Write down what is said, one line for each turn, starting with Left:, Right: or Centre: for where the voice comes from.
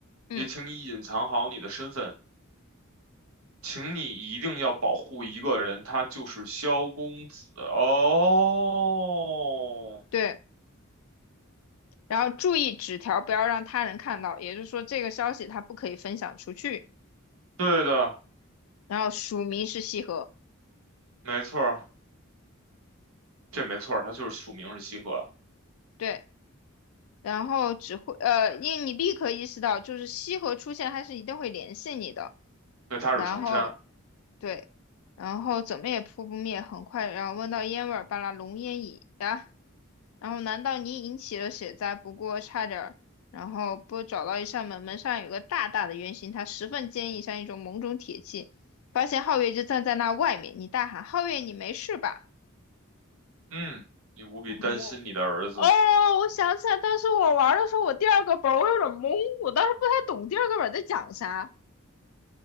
Left: 嗯，
Right: 也请你隐藏好你的身份，请你一定要保护一个人，他就是萧公子。哦，
Left: 对。然后注意纸条不要让他人看到，也就是说这个消息他不可以分享出去。
Right: 对的，
Left: 然后署名是西河，
Right: 没错儿这没错儿他就是署名是西河，
Left: 对。然后只会呃，因为你立刻意识到，就是西河出现，他是一定会联系你的。
Right: 对，他是程山。
Left: 然后对，然后怎么也扑不灭，很快，然后闻到烟味儿，把那浓烟已啊，然后难道你引起了血灾？不过差点儿，然后不找到一扇门，门上有个大大的圆形，它十分坚硬，像一种某种铁器。发现皓月就站在那外面，你大喊：“皓月，你没事吧？”
Right: 嗯，你无比担心你的儿子。
Left: 我哦，我想起来，当时我玩的时候，我第二个本儿我有点懵，我当时不太懂第二个本儿在讲啥。